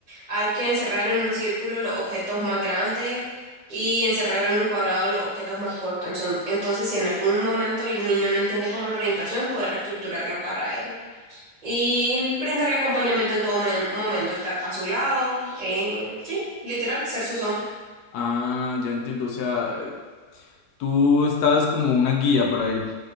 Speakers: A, on the right; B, on the left.
A: hay que encerrar en un círculo los objetos más grandes y encerrar en un cuadrado los objetos más cortos. Enson- Entonces, si en algún momento el niño no entiende como la orientación, poder reestructurarla para él. Y brindarle acompañamiento en todo me- momento, estar a su lado, eh, sí, literal, ser su sombra.
B: Ah, ya entiendo. O sea, Tú estás como una guía para él.